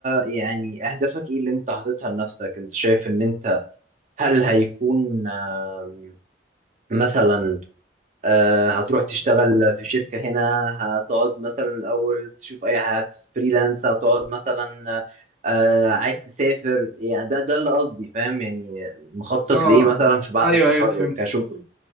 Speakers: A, on the right; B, in the centre.
A: يعني اهدافك ايه اللي انت حاططها لنفسك انت شايف ان انت هل هيكون آم، مثلا آه، هتروح تشتغل في شركة هنا هتقعد مثلا الاول تشوف اي حاجة فريلانس هتقعد مثلا آه، عايز تسافر يعني ده ده اللي قصدي فاهم يعني مخطط
B: اه
A: لايه مثلا في بعد
B: ايوه
A: التخرج
B: ايوه فهمت
A: كشغل